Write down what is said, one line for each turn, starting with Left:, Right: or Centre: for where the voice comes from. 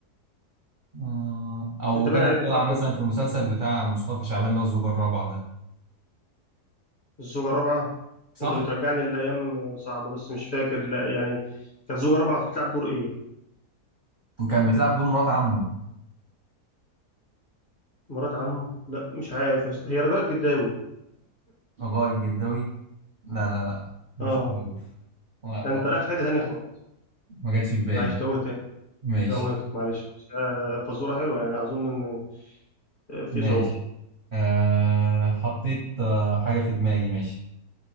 Right: آه، او
Left: أنت
Right: كانت
Left: باين عليك مش
Right: طالعه
Left: هتعرف
Right: مثلا
Left: توصل
Right: في مسلسل بتاع مصطفى شعبان اللي هو الزوجة الرابعة ده
Left: الزوجة الرابعة
Right: صح؟
Left: أنت بترجعني لأيام آه، صعبة بس مش فاكر لا يعني كانت زوجة رابعة بتلعب دور إيه؟
Right: وكان بتلعب دور مرات عمه
Left: مرات عمه؟ لا مش عارف يا اسطى هي رجاء الجداوي
Right: الرائد الجداوي لا لا لا مش
Left: أه
Right: بيوف لا خطأ
Left: ده أنت رايح في حتة تانية خالص
Right: ما جاتش في بالي
Left: معلش توهت
Right: ماشي
Left: توهتك معلش بس آه، فزورة حلوة يعني أظن إن آه، في
Right: ماشي
Left: صعوبة
Right: أه حطيت آه، حاجة في دماغي ماشي